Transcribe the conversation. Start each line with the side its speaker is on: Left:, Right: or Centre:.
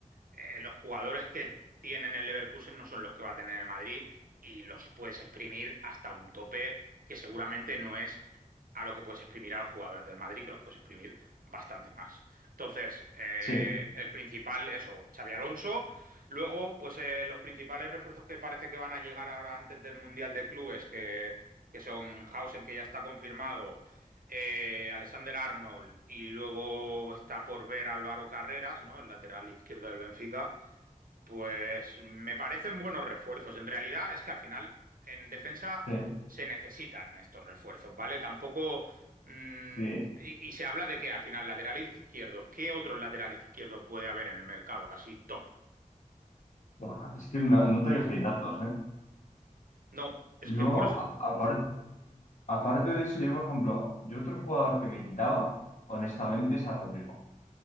Right: eh, los jugadores que tienen el Leverkusen no son los que va a tener el Madrid y los puedes exprimir hasta un tope que seguramente no es a lo que puedes exprimir a los jugadores del Madrid, que los puedes exprimir bastante más. Entonces, eh,
Left: sí,
Right: el principal es eso, Xavi Alonso. Luego, pues eh, los principales refuerzos que parece que van a llegar ahora antes del Mundial de Clubes, que, que son Hausen, que ya está confirmado, eh, Alexander Arnold y luego está por ver Álvaro Carreras, ¿no? El lateral izquierdo del Benfica. Pues me parecen buenos refuerzos. En realidad es que al final en defensa
Left: sí.
Right: se necesitan estos refuerzos, ¿vale? Tampoco. mmm,
Left: sí.
Right: y, y se habla de que al final laterales izquierdos, ¿qué otros laterales izquierdos puede haber en el mercado? Casi top.
Left: Buah, es que no, no te crees que hay tantos, ¿eh?
Right: No, es
Left: Y
Right: que
Left: luego,
Right: por eso
Left: a- apar- aparte de eso, yo, por ejemplo, yo otro jugador que me quitaba, honestamente, es a Rodrigo.